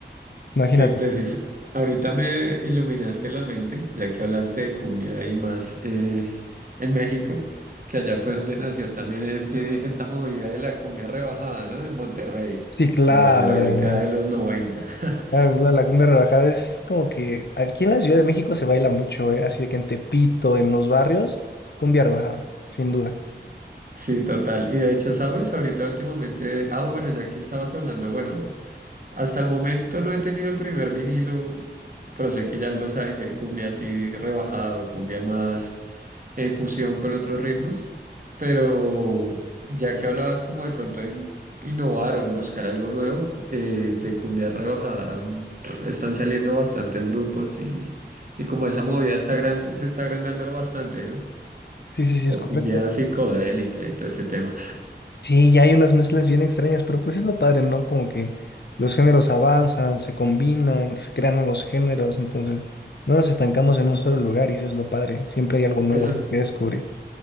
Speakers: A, on the left; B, on the right.
A: Imagínate.
B: Que precisa. Ahorita me iluminaste la mente, ya que hablaste de cumbia y más eh, en México, que allá fue donde nació también este, esta movida de la cumbia rebajada, ¿no? En Monterrey,
A: Sí, claro.
B: como en la década de los 90. <laughs>
A: Claro, claro, la cumbia rebajada es como que aquí en la Ciudad de México se baila mucho, ¿eh? Así de que en Tepito, en los barrios, cumbia rebajada, sin duda.
B: Sí, total. Y de hecho, ¿sabes? Ahorita últimamente, ah, bueno, ya que estabas hablando, bueno, hasta el momento no he tenido el primer vinilo, pero sé que ya los hay de cumbia así rebajado, cumbia más en fusión con otros ritmos, pero ya que hablabas como de pronto en innovar o en buscar algo nuevo, eh, de cumbia rebajada mm, están saliendo bastantes grupos y, y como esa movida está gran- se está agrandando bastante, ¿no?
A: Sí, sí, sí, es
B: O
A: correcto.
B: cumbia psicodélica y todo ese tema.
A: Sí, ya hay unas mezclas bien extrañas, pero pues es lo padre, ¿no? Como que los géneros avanzan, se combinan, se crean nuevos géneros, entonces no nos estancamos en un solo lugar y eso es lo padre. Siempre hay algo nuevo,
B: Eso,
A: ¿no? que descubrir.